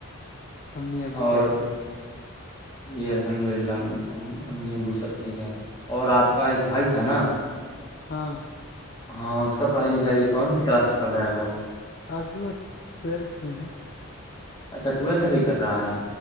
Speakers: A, on the left (about 40°); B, on the left (about 20°).
A: امی ابو
B: اور
A: کیسے ہیں
B: جی الحمد للہ ا ابو سب ٹھیک ہے اور آپ کا ایک بھائی تھا نا
A: ہاں
B: ہاں اس کا پڑھائی لکھائی بھی کون سی کلاس میں پڑ رہا ہے وہ
A: ابھی وہ ٹویلتھ میں ہے
B: اچھا ٹویلتھ بھیھی کر رہا ہے